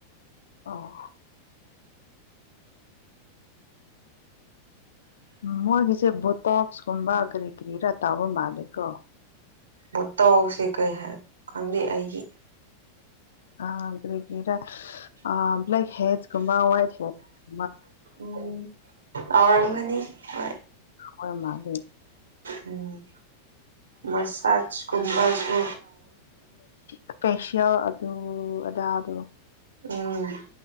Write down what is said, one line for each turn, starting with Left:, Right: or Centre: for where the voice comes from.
Left: ꯑꯣ ꯃꯣꯏꯒꯤꯁꯦ ꯕꯣꯇꯣꯛꯁꯀꯨꯝꯕꯥ ꯀꯔꯤ ꯀꯔꯤꯔ ꯇꯧꯕ ꯃꯥꯜꯂꯦꯀꯣ
Right: ꯕꯣꯇꯣꯛꯁꯁꯦ ꯀꯩ ꯍꯥꯏ ꯈꯪꯗꯦ ꯑꯩꯗꯤ
Left: ꯑ ꯀꯔꯤ ꯀꯔꯤꯔ ꯕ꯭ꯂꯦꯛꯍꯦꯗꯁ ꯋꯥꯏꯠꯍꯦꯗꯁ ꯀꯨꯝꯕ
Right: ꯎꯝ ꯇꯧꯔꯝꯒꯅꯤ ꯍꯣꯏ
Left: ꯍꯣꯏ ꯃꯥꯗꯣ
Right: ꯎꯝ ꯃꯁꯥꯖꯀꯨꯝꯕꯁꯨ
Left: ꯁ꯭ꯄꯦꯁꯤꯌꯜ ꯑꯗꯨ ꯑꯗ ꯑꯗꯨ
Right: ꯎꯝ